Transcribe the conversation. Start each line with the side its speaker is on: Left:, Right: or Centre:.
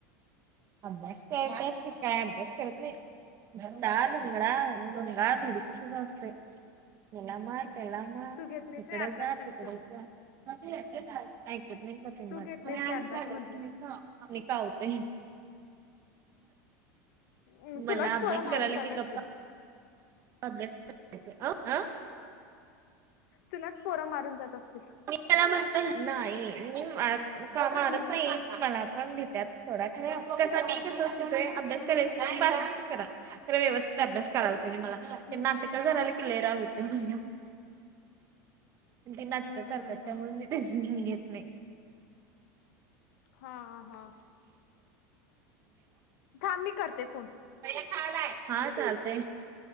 Right: अभ्यास करतात काय अभ्यास करत नाही डाधिंगना धिंगाणा तसंच असतय त्याला मार त्याला मार
Left: तू घेत नाहीस
Right: इकडे
Left: व्हय अभ्यास
Right: जा
Left: त्यांच
Right: तिकडेच जा म ते ऐकत काय ऐकत नाही आ
Left: तू घेत नाहीस काय अभ्यास
Right: चाल
Left: म्हंटलं
Right: तुम्ही खावा आम्ही काहत
Left: अम
Right: मला
Left: तुलाच
Right: अभ्यास
Left: पोरा मारून
Right: करायला
Left: जात
Right: की
Left: असतील?
Right: गप्प अभ्यास करतात ती अ -अ
Left: तुलाच पोर मारून जात असतील?
Right: मी त्याला म्हणतोय नाही, मी- का मारत
Left: हम्म
Right: नाहीे, मला पण भित्यात सोडा खरं मी कस म्हणतोय अभ्यास करायचं काय पाहिजे, ते करा खरं व्यवस्थित अभ्यास करायला पाहिजे मला ते
Left: हम्म
Right: नाटक कराल की लय राग येतोयं <unintelligible> ते नाटकं
Left: हम्म
Right: करतात,
Left: हम्म
Right: त्यामुळे मी टेन्शन घेत नाही.
Left: हा हा हां थांब, मी करते फोन.
Right: पैया खायालाय हा चालतंय.